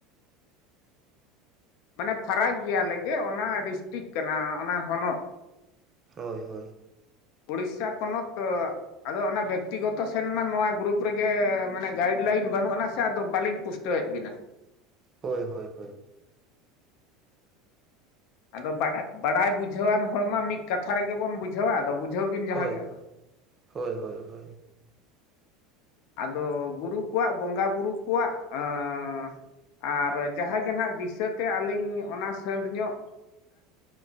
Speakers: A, on the left; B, on the right.
A: ᱢᱟᱱᱮ ᱯᱷᱟᱨᱟᱠ ᱜᱮᱭᱟ ᱞᱮᱜᱮ, ᱚᱱᱟ ᱰᱤᱥᱴᱤᱠ ᱠᱟᱱᱟ ᱚᱱᱟ ᱦᱚᱱᱚᱛ᱾
B: ᱦᱳᱭ ᱦᱳᱭ ᱾
A: ᱩᱲᱤᱥᱥᱟ ᱯᱚᱱᱚᱛ ᱟᱫᱚ ᱚᱱᱟ ᱵᱮᱠᱛᱤ ᱜᱚᱛᱚ ᱥᱮᱱ ᱢᱟ ᱱᱚᱣᱟ ᱜᱨᱩᱯ ᱨᱮ ᱜᱮ ᱢᱟᱱᱮ ᱜᱟᱭᱤᱰ ᱞᱟᱭᱤᱱ ᱵᱟᱹᱱᱩᱜ ᱟᱱᱟ ᱥᱮ ᱟᱫᱚ ᱵᱟᱹᱞᱤᱧ ᱯᱩᱥᱴᱟᱹᱣ ᱮᱫ ᱵᱤᱱᱟ᱾
B: ᱦᱳᱭ ᱦᱳᱭ ᱦᱳᱭ ᱾
A: ᱟᱫᱚ ᱵᱟᱰᱟᱭ ᱵᱩᱡᱷᱟᱹᱣᱟᱱ ᱦᱚᱲ ᱢᱟ ᱢᱤᱫ ᱠᱟᱛᱷᱟ ᱨᱮᱜᱮ ᱵᱚᱱ ᱵᱩᱡᱷᱟᱹᱣᱟ ᱟᱫᱚ ᱵᱩᱡᱷᱟᱹᱣ ᱵᱤᱱ ᱡᱟᱦᱟᱸ
B: ᱦᱳᱭ
A: ᱜᱮ ᱟᱫᱚ
B: ᱦᱳᱭ ᱦᱳᱭ ᱦᱳᱭ ᱾
A: ᱟᱫᱚ ᱜᱩᱨᱩ ᱠᱚᱣᱟᱜ ᱵᱚᱸᱜᱟ ᱵᱩᱨᱩ ᱠᱚᱣᱟᱜ ᱟ ᱻ ᱟᱨ ᱡᱟᱦᱟᱸᱜᱮ ᱱᱟᱦᱟᱜ ᱫᱤᱥᱟᱹᱛᱮ ᱟᱹᱞᱤᱧ ᱚᱱᱟ ᱥᱟᱺᱫ ᱧᱚᱜ